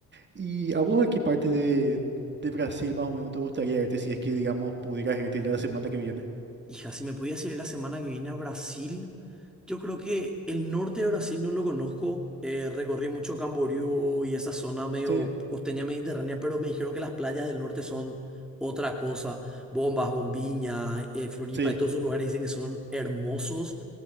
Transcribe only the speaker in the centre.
Hija, si me pudiese ir la semana que viene a Brasil, yo creo que el norte de Brasil no lo conozco. eh, recorrí mucho Camboriú y esa zona medio
costeña mediterránea, pero me dijeron que las playas del norte son otra cosa. Bombas, Bombiña, eh, Floripa,
y todos esos lugares dicen que son hermosos.